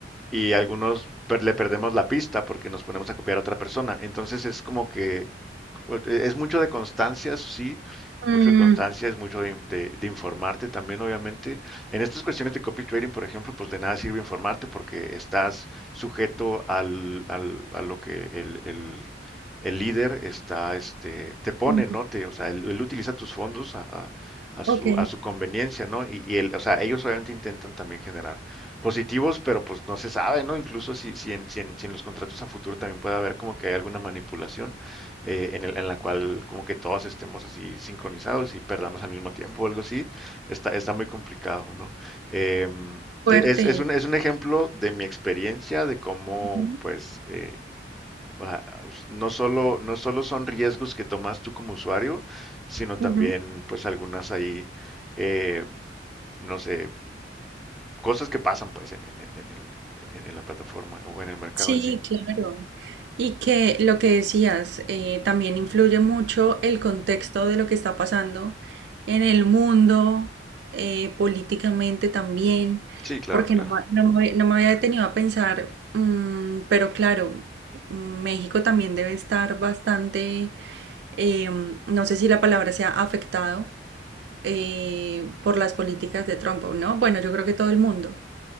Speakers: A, in the centre; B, on the right.
A: y algunos per- le perdemos la pista porque nos ponemos a copiar a otra persona. Entonces es como que bueno, eh, Es mucho de constancia, eso sí, es
B: Mm,
A: mucho de constancia, es mucho de, de- de informarte también, obviamente. En estas cuestiones de copy trading, por ejemplo, pues de nada sirve informarte porque estás sujeto al, al- a lo que el, el- el líder está, este, te pone,
B: ujú,
A: ¿no? Te, o sea, él, él utiliza tus fondos a, a- a su,
B: Ok,
A: a su conveniencia, ¿no? Y, y él, o sea, ellos obviamente intentan también generar positivos, pero pues no se sabe, ¿no? Incluso si, si en, si en si en los contratos a futuro también puede haber como que hay alguna manipulación eh, en el- en la cual como que todos estemos así sincronizados y perdamos al mismo tiempo o algo así, está, está muy complicado, ¿no? Em,
B: fuerte.
A: e, es, es un, es un ejemplo de mi experiencia de cómo,
B: Ujú,
A: pues, eh, ah, no solo, no solo son riesgos que tomas tú como usuario, sino también,
B: ujú.
A: pues, algunas ahí, eh, no sé, cosas que pasan, pues, en, en el- en el- en- en la plataforma o en el mercado
B: Sí,
A: en sí.
B: claro. Y que lo que decías, eh, también influye mucho el contexto de lo que está pasando en el mundo, eh, políticamente también,
A: Sí, claro,
B: porque
A: claro.
B: no, ma- no me, no me había detenido a pensar, mm, pero claro, mm, México también debe estar bastante, em, no sé si la palabra sea afectado eh, por las políticas de Trump, ¿o ¿no? Bueno, yo creo que todo el mundo.